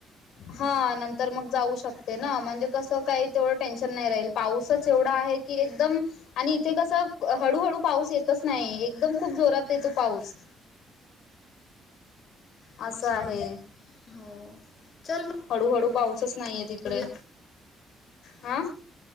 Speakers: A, on the left; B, on the left.
A: हा नंतर मग जाऊ शकते ना म्हणजे कसं काही तेवढं टेन्शन नाही राहील पाऊसच एवढा आहे. कि एकदम आणि इथे कसं हळूहळू पाऊस येतच नाही एकदम खूप जोरात येतो पाऊस.
B: अच्छा.
A: असं आहे
B: हो. चल मग
A: हळूहळू पाऊसच. नाही येत इकडे
B: बोलूया.
A: हा.